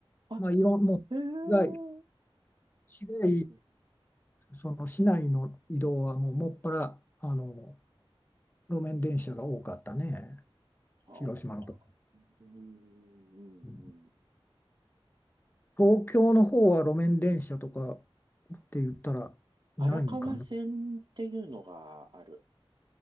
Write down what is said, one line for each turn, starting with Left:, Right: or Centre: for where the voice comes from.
Right: あ、
Left: まあ、いろん、もう、
Right: へえ。う
Left: 市街、市街
Right: んうん
Left: その市内の移動はもうもっぱら、あの、路面電車が多かったね、
Right: はあ。
Left: 広島のと。
Right: うん、うん、
Left: うん
Right: うん。
Left: 東京の方は路面電車とかって言ったらないんかな。
Right: 荒川線っていうのがある。